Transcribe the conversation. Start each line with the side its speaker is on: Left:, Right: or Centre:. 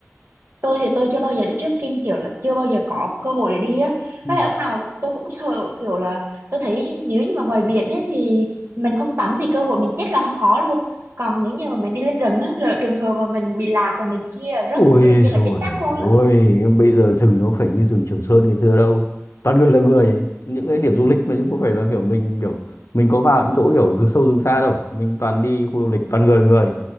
Right: tôi thì tôi chưa bao giờ đi trekking kiểu là chưa bao giờ có cơ hội để đi á
Left: Ừ.
Right: với lại lúc nào tôi cũng sợ kiểu là tôi thấy nếu như mà ngoài biển ấy thì mình không tắm thì cơ hội mình chết là không có luôn còn nếu như mà mình đi lên rừng á lỡ trường hợp mà mình bị lạc rồi này kia rớt
Left: Ôi
Right: núi này kia
Left: rồi
Right: là chết chắc luôn
Left: ôi
Right: á
Left: bây giờ rừng nó phải như rừng Trường Sơn ngày xưa đâu toàn người là người những cái điểm du lịch mà chứ có phải là kiểu mình kiểu mình có vào những chỗ kiểu rừng sâu rừng xa đâu mình toàn đi khu du lịch toàn người là người